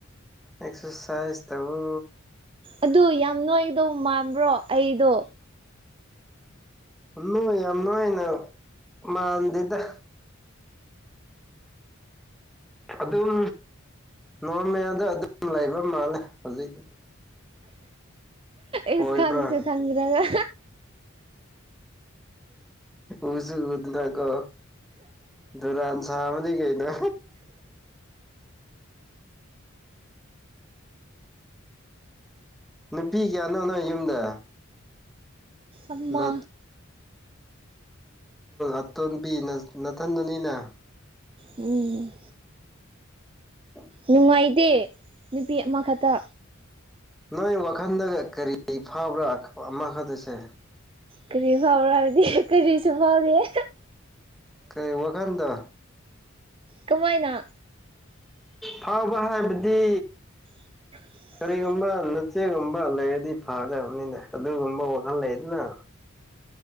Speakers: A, in the centre; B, on the right.
A: ꯑꯦꯛꯁꯔꯁꯥꯏꯁ ꯇꯕꯨ
B: ꯑꯗꯨ ꯌꯥꯝ ꯅꯣꯏꯒꯗꯧ ꯃꯥꯟꯕ꯭ꯔꯣ ꯑꯩꯗꯣ
A: ꯅꯣꯏ ꯌꯥꯝ ꯅꯣꯏꯅ ꯃꯥꯟꯗꯦꯗ ꯑꯗꯨꯝ ꯅꯣꯔꯃꯦꯜꯗ ꯑꯗꯨꯝ ꯂꯩꯕ ꯃꯥꯜꯂꯦ ꯍꯧꯖꯤꯛꯇꯤ
B: ꯏꯁ
A: ꯑꯣꯏꯕ꯭ꯔꯥ
B: ꯈꯪꯁꯦ ꯈꯪꯗꯔꯒ
A: ꯎꯁꯨꯗꯅ ꯀꯣ ꯗꯣꯔꯥꯟ ꯁꯝꯅꯤ ꯀꯩꯅ ꯅꯨꯄꯤ ꯀꯌꯥꯅꯣꯅꯣ ꯌꯨꯝꯗ
B: ꯑꯃ
A: ꯅꯠ ꯑꯇꯣꯟꯕꯤ ꯅꯅꯥꯊꯟꯗꯨꯅꯤꯅ
B: ꯎꯝ
A: ꯎꯝ
B: ꯅꯨꯡꯉꯥꯏꯇꯦ ꯅꯨꯄꯤ ꯑꯃꯈꯛꯇ
A: ꯅꯣꯏ ꯋꯥꯈꯜꯗꯒ ꯀꯔꯤ ꯐꯥꯎꯕ꯭ꯔꯥ ꯑꯃꯈꯛꯇꯁꯦ
B: ꯀꯔꯤ ꯐꯥꯎꯔꯗꯤ ꯀꯔꯤꯁꯨ ꯐꯥꯎꯗꯤꯌꯦ
A: ꯀꯩ ꯋꯥꯈꯟꯗ
B: ꯀꯃꯥꯏꯅ
A: ꯐꯥꯎꯕ ꯍꯥꯏꯕꯗꯤ
B: <inaudible>
A: ꯀꯩꯒꯨꯝꯕ ꯅꯆꯦꯒꯨꯝꯕ ꯂꯩꯔꯗꯤ ꯐꯗꯕꯅꯤꯅ ꯑꯗꯨꯒꯨꯝꯕ ꯋꯥꯈꯜ ꯂꯩꯗꯅ